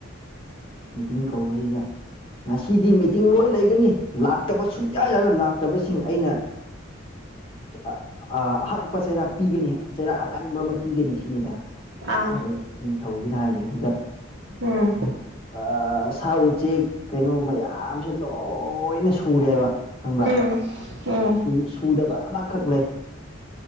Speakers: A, on the left; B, on the right.
A: ꯃꯤꯇꯤꯡ ꯀꯧꯕꯁꯤꯗ ꯉꯁꯤꯗꯤ ꯃꯤꯇꯤꯡ ꯂꯣꯏ ꯂꯩꯒꯅꯤ ꯂꯥꯛꯇꯕ ꯁꯨꯡꯌꯥ ꯌꯥꯔꯣꯏ ꯔꫭꯏꯅ ꯔꯥꯛꯇꯕꯁꯤꯡ ꯑꯩꯅ ꯑꯥꯠ ꯑꯍꯛꯄ ꯆꯩꯔꯥꯛ ꯄꯤꯒꯅꯤ ꯆꯩꯔꯥꯛ ꯑꯀꯟꯕ ꯑꯃ ꯄꯤꯒꯅꯤ ꯁꯤꯅꯤꯗꯥ
B: ꯑꯥ
A: ꯍꯧꯖꯤꯛꯀꯤ ꯅꯤꯡꯊꯧꯁꯤꯅ ꯍꯥꯏꯔꯤꯁꯦ ꯑꯗꯨꯗ
B: ꯎꯝ
A: ꯑꯥꯑ ꯁꯥ ꯎꯆꯦꯛ ꯀꯩꯅꯣ ꯃꯌꯥꯝꯁꯦ ꯂꯣꯏꯅ ꯁꯨꯔꯦꯕꯥ꯫ ꯈꯪꯕꯔꯥ
B: ꯎꯝ ꯎꯝ
A: ꯍꯧꯖꯤꯛ ꯁꯨꯗꯕ ꯑꯃꯈꯛ ꯂꯩ